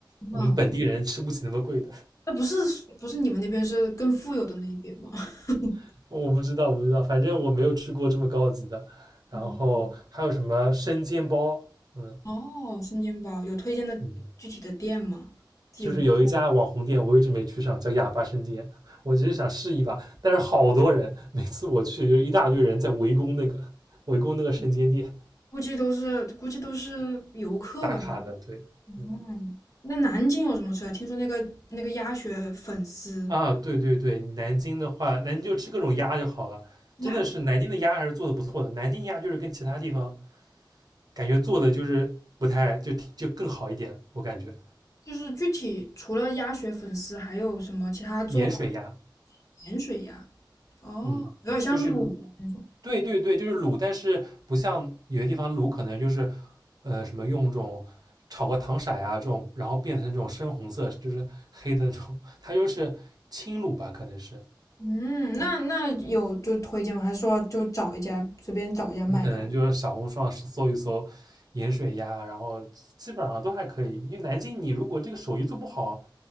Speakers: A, on the right (about 55°); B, on the left (about 40°).
A: 我们本地人吃不起那么贵的。
B: 啊，那不是苏不是你们那边是更富有的那一边吗？<laughs>
A: <laughs> 我不知道，不知道，反正我没有吃过这么高级的。然后还有什么生煎包？
B: 嗯
A: 嗯
B: 哦，生煎包有推荐的具体的店吗？
A: 嗯，
B: 记录。
A: 就是有一家网红店，我一直没去上，叫哑巴生煎。<laughs> 我其实想试一把，但是好多人，每次我去就一大堆人在围攻那个 <laughs> 围攻那个生煎店
B: 估计都是估计都是游客吧。
A: 打卡的。对，
B: 嗯，
A: 嗯。
B: 那南京有什么吃啊？听说那个那个鸭血粉丝，
A: 啊，对对对，南京的话，南京就吃各种鸭就好了。
B: 鸭
A: 真的是南京的鸭还是做的不错的，南京鸭就是跟其他地方感觉做的就是不太就挺就更好一点，我感觉
B: 就是具体除了鸭血粉丝，还有什么其他做法？
A: 盐水鸭，
B: 盐水鸭哦，
A: 嗯，
B: 有点像卤的那种。
A: 就是对对对，就是卤，但是不像有些地方卤可能就是呃什么用这种炒个糖色啊这种，然后变成这种深红色，就是黑的那种，它就是轻卤吧，可能是，
B: 嗯，那那有就推荐吗？还是说就找一家随便找一家买的？
A: 你可能就是小红书上搜一搜盐水鸭，然后基本上都还可以。因为南京，你如果这个手艺做不好，